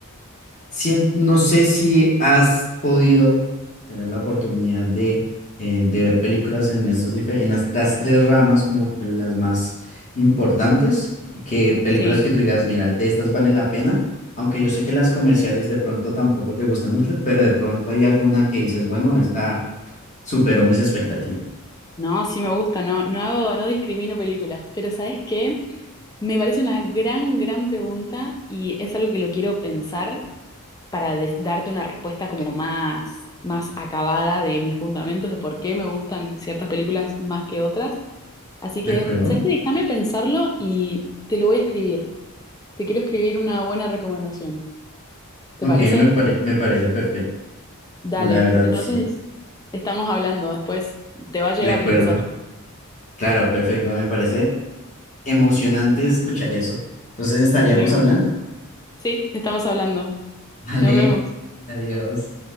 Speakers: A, on the left; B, on the left.
A: sien- no sé si has podido tener la oportunidad de, eh, de ver películas en estos dife- en estas tres ramas como que las más importantes y que películas
B: sí.
A: que tú digas, mira, de estas valen la pena, aunque yo sé que las comerciales de pronto tampoco te gustan mucho, pero de pronto hay alguna que dices, bueno, esta superó mis expectativas,
B: No, sí me gusta, no, no hago, no discrimino películas, pero ¿sabes qué? Me parece una gran, gran pregunta y es algo que lo quiero pensar para des- darte una respuesta como más, más acabada de mis fundamentos de por qué me gustan ciertas películas más que otras. Así
A: ¿de
B: que,
A: acuerdo?
B: ¿sabes qué? Déjame pensarlo y te lo voy a escribir. Te quiero escribir una buena recomendación. ¿Te
A: Ok,
B: parece?
A: me pare- me parece perfecto,
B: Dale.
A: la verdad
B: Entonces,
A: sí,
B: estamos hablando. Después te va a llegar
A: de acuerdo.
B: mi ensayo.
A: Claro, perfecto, me parece emocionante escuchar eso. Entonces estaríamos
B: De una.
A: hablando.
B: Sí, estamos hablando.
A: <laughs> Vale,
B: Nos vemos.
A: adiós.